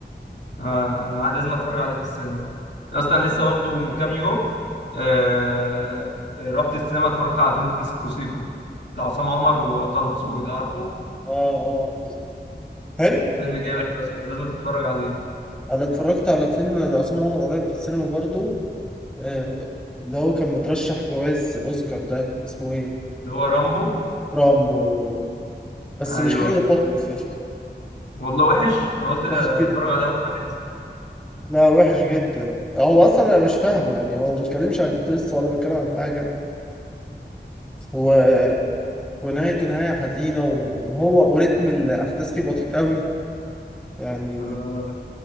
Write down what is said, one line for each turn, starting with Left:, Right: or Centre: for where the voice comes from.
Left: اه انا لازم اتفرج عليه في السينما يا اسطى انا لسه برضو من كام يوم آه... آه، رحت السينما اتفرجت على فيلم سيكو سيكو بتاع عصام عمر وطه دسوقي ده عارفه
Centre: اه اه حلو
Left: فيلم جامد يا اسطى لازم تتفرج عليه
Centre: أنا اتفرجت على فيلم لعصام عمر قريب في السينما برضو آه، اللي هو كان مترشح جوائز أوسكار ده اسمه إيه؟
Left: ده هو رامبو
Centre: رامبو بس
Left: ايوه
Centre: مش حلو
Left: أيوة.
Centre: خالص يا اسطى
Left: والله وحش انا قلت ده
Centre: وحش جدا
Left: اتفرج عليه اول ما ينزل
Centre: لا وحش جدا هو اصلا انا مش فاهمه يعني هو ما بيتكلمش عن قصه ولا بيتكلم عن حاجه هو ونهايته نهايه حزينه وهو وريتم الاحداث فيه بطيء قوي يعني
Left: آه،